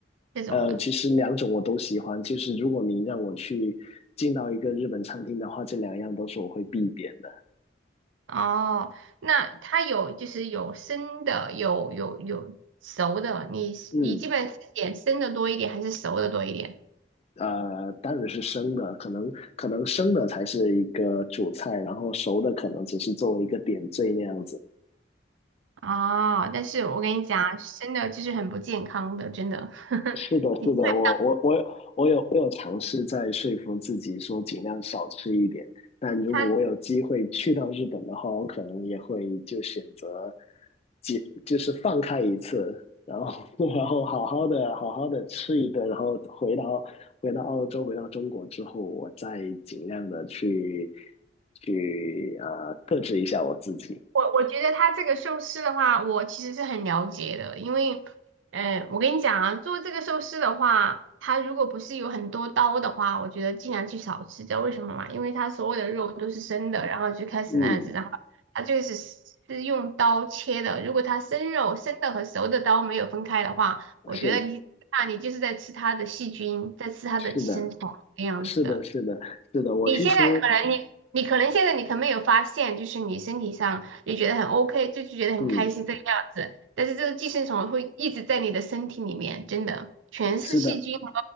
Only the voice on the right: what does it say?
这种的。
哦，那它有就是有生的，有有有熟的，你你基本是点生的多一点还是熟的多一点？
哦，但是我跟你讲，生的就是很不健康的，真的。<laughs>
你基本
它
我我觉得他这个寿司的话，我其实是很了解的，因为，嗯、我跟你讲啊，做这个寿司的话，它如果不是有很多刀的话，我觉得尽量去少吃。知道为什么吗？因为它所有的肉都是生的，然后就开始那样子，
然后它就是是用刀切的。如果它生肉、生的和熟的刀没有分开的话，我觉得你那你就是在吃它的细菌，
在吃它的寄生虫这样子的。
你现在可能你你可能现在你可能没有发现，就是你身体上你觉得很 OK，就是觉得很开心这个样子，
但是这个寄生虫会一直在你的身体里面，真的全是细菌和